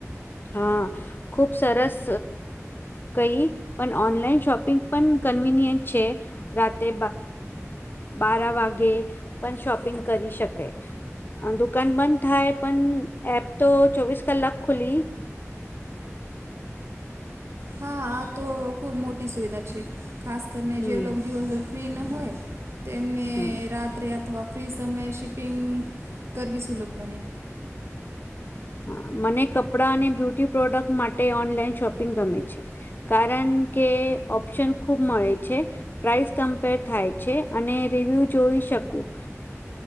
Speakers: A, on the left; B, on the right.
A: હા ખુબ સરસ, કંઈ પણ ઓનલાઈન શોપિંગ પણ કન્વીનિયન્ટ છે, રાતે બારા વાગે પણ શોપિંગ કરી શકે. દુકાન બંધ થાય પણ એપ તો ચોવીસ કલાક ખુલી
B: હા આ તો ખુબ મોટી સુવિધા છે, ખાસ કરીને
A: હમ
B: જે લોકો દિવસભર ફ્રી ન હોય તો એમને
A: હમ
B: રાત્રે, અથવા ફ્રી સમયે શિપિંગ કરવી સુલભ બને
A: હા મને કપડાં અને બ્યુટી પ્રોડક્ટ માટે ઓનલાઈન શોપિંગ ગમે છે. કારણ કે ઓપ્શન ખુબ મળે છે. પ્રાઈસ કમ્પેર થાય છે, અને રિવ્યુ જોઈ શકું.